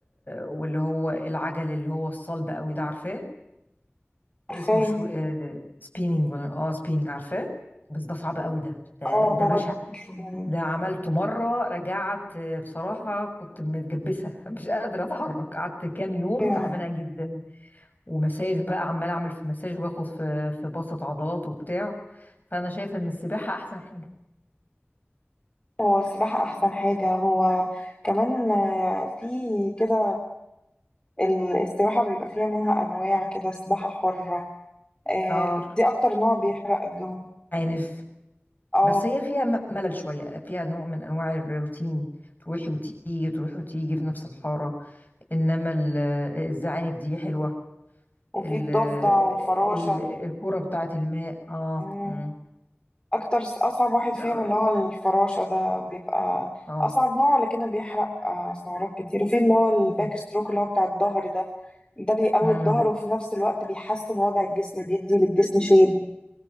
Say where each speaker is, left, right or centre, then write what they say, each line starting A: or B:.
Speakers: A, on the left; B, on the left.
A: واللي هو العجل اللي هو الصلب قوي ده عارفاه
B: عارفاه
A: اسمه شو... سبيننج ولا اه سبيننج عارفاه بس ده صعب قوي ده ده,
B: اه
A: ده
B: هو
A: بشع
B: تقيل جدا
A: ده عملته مرة رجعت آه، بصراحة كنت متجبسة <laughs> مش قادرة اتحرك قعدت كام يوم
B: أيوة.
A: تعبانة جدا ومساج بقى عمال اعمل في مساج واخد في في بسط عضلات وبتاع فانا شايفه ان السباحه احسن حاجه
B: هو السباحة احسن حاجة هو كمان آه، في كده ال- السباحة بيبقى فيها منها انواع كده سباحة حرة آه،
A: اه
B: دي اكتر نوع بيحرق الدهون
A: الزعانف
B: اه
A: بس هي فيها م- ملل شويه فيها نوع من انواع الروتين تروحي وتيجي تروحي وتيجي في نفس الحاره انما ال- الزعانف دي حلوه
B: وفي
A: ال-
B: الضفدع والفراشة
A: ال- الكوره بتاعه الماء اه
B: مم.
A: مم.
B: اكتر س- اصعب واحد
A: لا
B: فيهم اللي هو الفراشة ده بيبقى
A: اه
B: اصعب نوع لكنه بيحرق آه، سعرات كتير وفي اللي هو الباك
A: مم.
B: ستروك اللي هو بتاع الظهر ده ده بيقوي
A: مم.
B: الظهر وفي نفس الوقت بيحسن وضع الجسم بيدي للجسم شيب